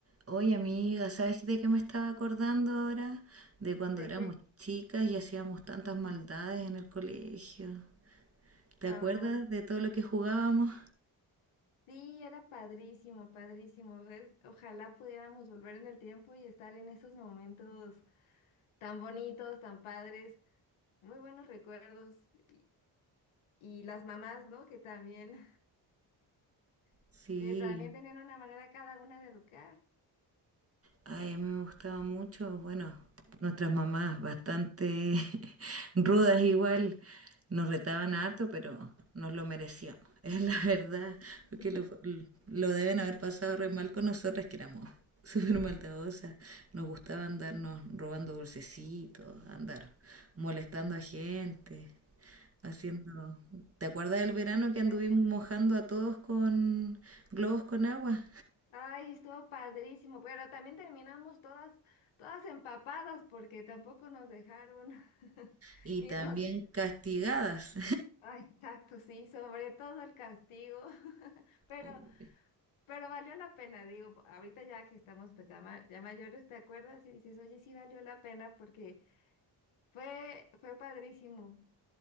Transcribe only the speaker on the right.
Oye, amiga, ¿sabes de qué me estaba acordando ahora? De cuando
éramos
chicas y hacíamos tantas maldades en el colegio. ¿Te
acuerdas de todo lo que jugábamos?
Sí.
Ay, a mí me gustaba mucho, bueno, nuestras mamás bastante <laughs> rudas igual, nos retaban harto, pero nos lo merecíamos, <laughs> es la verdad, porque
lo, lo deben haber pasado re mal con nosotras que éramos súper maldadosas, nos gustaba andarnos robando dulcecitos, andar molestando a gente, haciendo... ¿Te acuerdas del verano que anduvimos
mojando a todos con globos con agua?
Y
también castigadas.
<laughs>